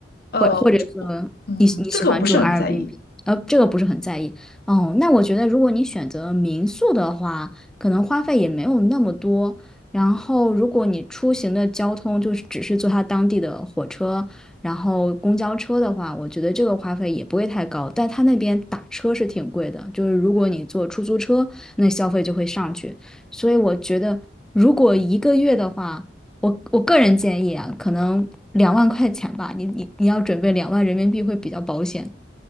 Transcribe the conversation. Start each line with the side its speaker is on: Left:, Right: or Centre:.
Left: 呃，
Centre: 或或者说你你喜欢住
Left: 这嗯，这个我不是很在意。
Centre: Airbnb，呃，这个不是很在意哦。那我觉得，如果你选择民宿的话，可能花费也没有那么多。然后，如果你出行的交通就是只是坐它当地的火车，然后公交车的话，我觉得这个花费也不会太高。但它那边打车是挺贵的，就是如果你坐出租车，那消费就会上去。所以我觉得，如果一个月的话，我我个人建议啊，可能两万块钱吧，你你你要准备两万人民币会比较保险。